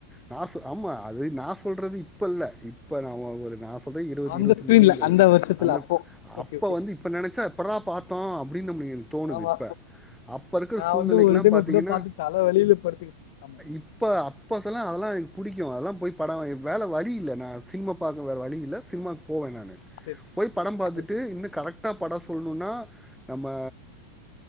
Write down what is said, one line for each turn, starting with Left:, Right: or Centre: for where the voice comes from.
Centre: நான் சொ ஆமா அது நான் சொல்றது இப்ப இல்ல இப்ப நம ஒரு நான் சொ இருபது
Left: அந்த
Centre: இருபத்திமூனு
Left: ஸ்க்ரீன்ல அந்த வருஷத்துல
Centre: அந்த
Left: அப்போ ஓகே
Centre: அப்ப
Left: ஓகே
Centre: வந்து இப்ப நினைச்சா எப்படறா பாத்தோம் அப்படினு தோனுது
Left: ஆமா
Centre: இப்ப அப்ப இருக்க
Left: நான்
Centre: சூழ்நிலைக்கு
Left: வந்து ஒரு
Centre: எல்லாம்
Left: டைம்
Centre: பாத்தீங்கனா
Left: அப்படியே பார்த்து தலை வலியில படுத்துக்கிட்டேன் ஆமா
Centre: இப்ப அப்ப எல்லா எனக்கு பிடிக்கும் அதெல்லாம் போய் படம் வேல வழி இல்லண்ணா சினிமா பாக்க வேற வழி இல் ல சினிமாக்கு போவேன் நான்
Left: சரி
Centre: போய் படம் பாத்துட்டு
Left: ஓகே
Centre: இன்னும் கரெக்ட் கரெட்டா படம் சொல்லணுன்னா நம்ம